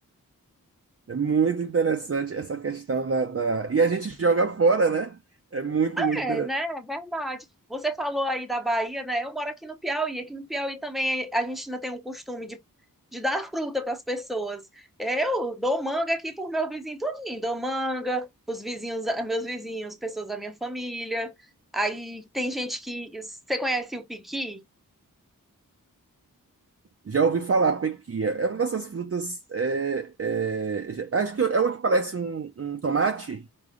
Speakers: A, on the right; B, in the centre.
A: É muito interessante essa questão da, da... E a gente joga fora, né? É muito, muito
B: É,
A: interessante.
B: né? É verdade. Você falou aí da Bahia, né? Eu moro aqui no Piauí. Aqui no Piauí também a gente ainda tem o costume de, de dar fruta para as pessoas. Eu dou manga aqui pro meu vizinho tudinho, dou manga pros vizinhos, meus vizinhos, pessoas da minha família. Aí tem gente que. Você conhece o piqui?
A: Já ouvi falar, pequia. É uma dessas frutas. é, é, acho que é uma que parece um, um tomate.